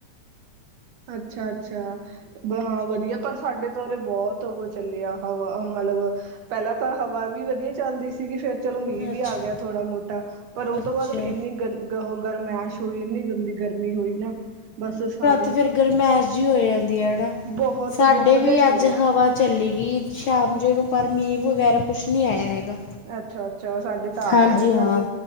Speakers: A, on the right; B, on the left.
A: ਅੱਛਾ-ਅੱਛਾ। ਹਾਂ ਵਦੀਆ ਪਰ ਸਾਡੇ ਤਾਂ ਓਰੇ ਬੌਤ ਓਹ ਚੱਲਿਆ ਹਵਾਂ ਵ ਮਤਲਬ ਪੈਲਾਂ ਤਾਂ ਹਵਾ ਵੀ ਵਦੀਆ ਚੱਲਦੀ ਸੀਗੀ ਫਿਰ ਚਲੋ ਮੀਂ ਵੀ
B: ਅੱਛਾ
A: ਆ ਗਿਆ ਥੋੜਾ ਮੋਟਾ ਪਰ ਓ
B: ਅੱਛਾ
A: ਤੋਂ ਬਾਦ ਇੰਨੀ ਗੰ ਗਰਮੈਸ਼ ਹੋਈ ਇੰਨੀ ਗੰਦੀ ਗਰਮੀ ਹੋਈ ਨਾ ਬਸ ਸਾ
B: ਤੇ ਫਿਰ ਗਰਮੈਸ਼ ਜੀ ਹੋ ਜਾਂਦੀ ਐਨਾ,
A: ਬਹੁਤ
B: ਸਾਡੇ
A: ਗੁੰਮ ਜਿਹਾ
B: ਵੀ
A: ਹੀ ਹੋ
B: ਅੱਜ
A: ਗਿਆ
B: ਹਵਾ ਚੱਲੀ ਗਈ ਸ਼ਾਮ ਜੇ ਨੂੰ ਪਰ ਮੀਂਹ ਵਗੈਰਾ ਕੁਛ ਨਈ ਆਇਆ ਹੈਗਾ।
A: ਅੱਛਾ, ਅੱਛਾ ਸਾਡੇ ਤਾਂ ਆ
B: ਹਾਂਜੀ
A: ਗਿਆ ਸੀਗਾ
B: ਹਾਂ,
A: ਅੱਜ